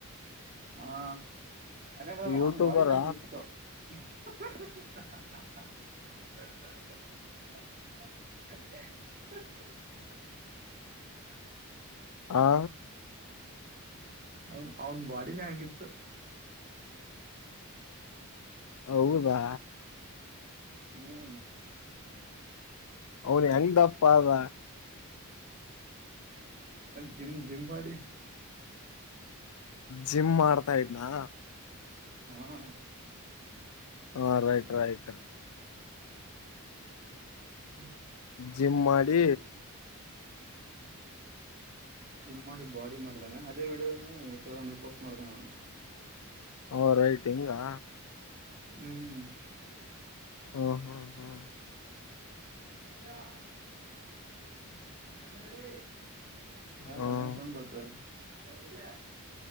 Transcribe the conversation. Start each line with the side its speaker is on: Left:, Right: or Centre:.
Right: ಹಾ ಯಾಕಂದ್ರೆ ಅವ್ನ್ ಅವ್ನ್
Left: ಯೂಟ್ಯೂಬರ
Right: ಬಾಡಿನೇ ಹಂಗ್ ಇತ್ತು. ಹ್ ಹ್ ಹ ಹ ಹ ಹ ಹ ಹ ಹ ಹ ಹ
Left: ಅ
Right: ಅವನ್ ಅವನ್ ಬಾಡಿನೇ ಹಂಗಿತ್ತು.
Left: ಹೌದಾ
Right: ಹ್ಮ್
Left: ಅವನ್ ಹೆಂಗ್ ದಪ್ಪ ಆದ.
Right: ಜಿಮ್ ಜಿಮ್ ಮಾಡಿ.
Left: ಜಿಮ್ ಮಾಡ್ತಾ ಇದ್ನಾ?
Right: ಹ್ಮ
Left: ಹಾ ರೈಟ್ ರೈಟ್.
Right: <unintelligible>
Left: ಜಿಮ್ ಮಾಡಿ
Right: ಜಿಮ್ ಮಾಡಿ ಬಾಡಿ ಮಾಡಿದಾನೆ ಅದೇ ವಿಡಿಯೋನ ಇನ್ಸ್ಟಾಗ್ರಾಮಲ್ ಪೋಸ್ಟ್ ಮಾಡ್ತಾನ್ ಅವ್ನು.
Left: ಓ ರೈಟ್ ಹಿಂಗಾ
Right: ಹ್ಮ್
Left: ಹ್ಮ ಹ್ಮ್ ಹ್ಮ್
Right: <unintelligible> ಆಮೇಲೆ ಯಾರೋ
Left: ಹ್ಮ್
Right: ಏನೋ ಸೌಂಡ್ ಬರ್ತಾ ಇದೆ. ಎ ಬುಲ್ಯ